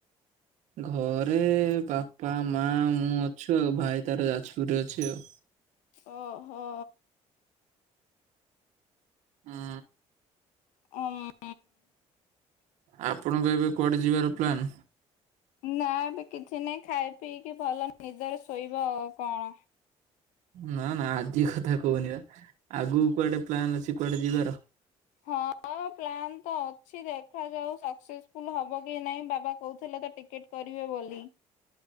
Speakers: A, on the right; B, on the left.
A: ଘରେ ବାପା ମା ମୁଁ ଅଛୁ ଆଉ ଭାଇ ତାର ଯାଜପୁରରେ ଅଛି ଆଉ
B: ଓହୋ
A: ହୁଁ
B: ଓମ୍
A: ଆପଣଙ୍କ ଏବେ କୁଆଡ଼େ ଯିବାର ପ୍ଲାନ୍
B: ନା ଏବେ କିଛି ନାଇଁ ଖାଇ ପିଇକି ଭଲ ନିଦରେ ଶୋଇବ ଆଉ କଣ
A: ନା ନା ଆଜି କଥା କହୁନି ବା ଆଗକୁ କୁଆଡ଼େ ପ୍ଲାନ୍ ଅଛି କୁଆଡ଼େ ଯିବାର
B: ହଁ ପ୍ଲାନ୍ ତ ଅଛି ଦେଖାଯାଉ ସକ୍ସେସ୍ ଫୁଲୁ ହବ କି ନାଇଁ ବାବା କହୁଥିଲେ ତ ଟିକେଟ୍ କରିବେ ବୋଲି